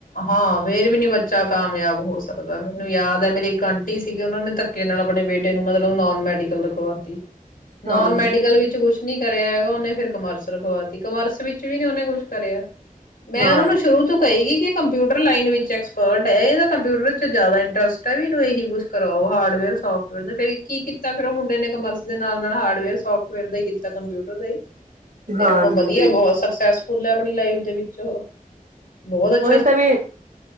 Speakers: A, on the left; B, on the right.
A: ਹਾਂ ਫਿਰ ਵੀ ਨੀ ਬੱਚਾ ਕਾਮਯਾਬ ਹੋ ਸਕਦਾ ਮੈਨੂੰ ਯਾਦ ਹੈ, ਮੇਰੀ ਇੱਕ ਆਂਟੀ ਸੀਗੇ ਉਹਨਾਂ ਨੇ ਧੱਕੇ ਨਾਲ ਆਪਣੇ ਬੇਟੇ ਨੂੰ ਮਤਲਬ ਨੋਨ ਮੈਡੀਕਲ ਰਖਵਾਤੀ, ਨੋਨ
B: ਹਾਂ
A: ਮੈਡੀਕਲ ਵਿੱਚ ਕੁਛ ਨੀ ਕਰਿਆ ਹੈਗਾ ਉਹਨੇ ਫਿਰ ਕਾਮਰਸ ਰਖਵਾ ਤੀ ਕਮਰਸ ਵਿੱਚ ਵੀ ਨੀ ਉਹਨੇ ਕੁਛ ਕਰਿਆ। ਮੈਂ
B: ਹਾਂ
A: ਉਹਨਾਂ ਨੂੰ ਸ਼ੁਰੂ ਤੋਂ ਕਹੀ ਗਈ ਕਿ ਕੰਪਿਊਟਰ ਲਾਈਨ ਵਿੱਚ ਐਕਸਪਰਟ ਐ ਇਹਦਾ ਕੰਪਿਊਟਰ ਚ ਜ਼ਿਆਦਾ ਇੰਟਰਸਟ ਵੀ ਇਹਨੂੰ ਇਹੀ ਕੁਛ ਕਰਾਓ ਹਾਰਡਵੇਅਰ ਸੋਫਟਵੇਅਰ ਦਾ ਫਿਰ ਕੀ ਕੀ ਤਾਂ ਫਿਰ ਉਹ ਮੁੰਡੇ ਨੇ ਕਮਰਸ ਦੇ ਨਾਲ ਹਾਰਡਵੇਅਰ ਸੋਫਟਵੇਅਰ ਦਾ ਹੀ ਕੀ ਕੀਤਾ ਕੰਪਿਊਟਰ ਦਾ ਈ ਤੇ
B: ਹਾਂਜੀ
A: ਹੁਣ ਉਹ ਵਧੀਆ ਗਾ ਉਹ ਸਕਸੈਸ ਫੁੱਲ ਆਪਣੀ ਲਾਈਫ ਦੇ ਵਿੱਚ ਉਹੋ ਬਹੁਤ ਅੱ
B: ਤਾ ਵੀ